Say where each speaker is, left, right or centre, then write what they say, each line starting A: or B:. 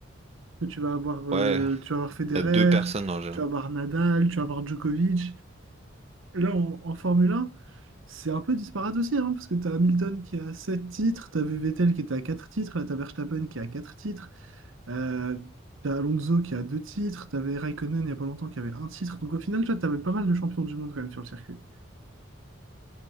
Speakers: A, on the right; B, on the right.
A: Que tu vas avoir, euh,
B: Ouais,
A: tu vas avoir Federer,
B: il y a deux personnes en général.
A: tu vas avoir Nadal, tu vas avoir Djokovic. Là, en, en Formule un, c'est un peu disparate aussi, hein, parce que tu as Hamilton qui a 7 titres, tu avais Vettel qui était à 4 titres, là, tu as Verstappen qui a 4 titres, euh, tu as Alonso qui a 2 titres, tu avais Raikkonen il n'y a pas longtemps qui avait un titre. Donc au final, tu avais pas mal de champions du monde quand même sur le circuit.